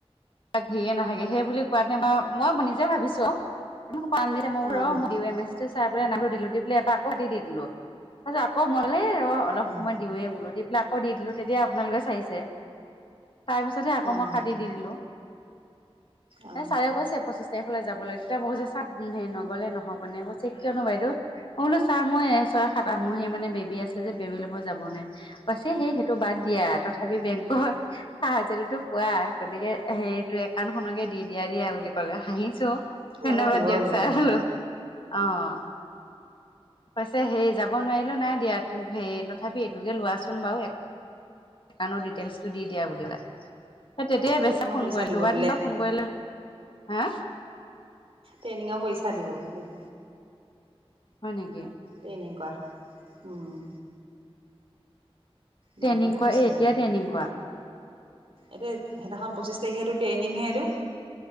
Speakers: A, on the left; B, on the right.
A: তাক হেৰিয়ে নাথাকে সেই বুলি কোৱাতে মই-মই নিজে ভাবিছো আও পাম দি মই বোলো
B: অ
A: ৰ' মই দিওঁয়ে মেছেজটো চাই পেলাই নামটো দিলো দি পেলাই এবাৰ আকৌ কাটি দিলো তাৰপিছ আকৌ মই বোলো ৰ অলপ
B: উম
A: সময় দিওঁৱে বোলো দি পেলাই আক দি দিলো তেতিয়া আপোনালোকে চাইছে তাৰ পিছতহে আকৌ
B: উম
A: মই কাটি দি দিলো
B: অ
A: এ ছাৰে কৈছে পঁচিছ তাৰিখলৈ যাবলৈ তেতিয়া বহু যে চাত হে নগ'লে নহ'বনে, কৈছে কিয়নো বাইদউ? মই বোলো ছাৰ মই ছয় সাত আঠমহীয়া মানে বেবী আছে যে বেবীলৈ মই যাব নোৱাৰিম কৈছে সেই সেইটো বাদ দিয়া, তথাপি বেংকৰ পাৰ্চেল টো পোৱা গতিকে সেইটো একাউণ্ট খনকে দি দিয়া, দিয়া বুলি ক'লে হাঁহিছো।
B: কিবা
A: ধন্যবাদ
B: এটা দিব
A: দিয়ক
B: বোলে
A: ছাৰ,
B: অ অ
A: হলো অ'। পাইছে হেই যাব নোৱাৰিলো নাই দিয়া হে তথাপি এইটোকে লোৱাচোন বাৰু একাউণ্টৰ ডিটেইলছটো দি দিয়া বুলি ক'লে তেতিয়াই বেচা
B: ট্ৰেইনিঙৰ
A: ফোন
B: পইচা
A: কৰিল
B: দিব
A: দুবাৰ
B: বোলে
A: তিনিবাৰ ফোন কৰিলো হা
B: ট্ৰেইনিঙৰ পইচা দিব বোলে।
A: হয় নেকি।
B: ট্ৰেইনিং কৰা, উম। মাটোহে
A: ট্ৰেইনিং
B: কৈছে
A: কোৱা এই এতিয়াই ট্ৰেইনিং কোৱা।
B: এইটো সেইদিনাখন পঁচিশ তাৰিখে এইটো ট্ৰেইনিংহে এইটো।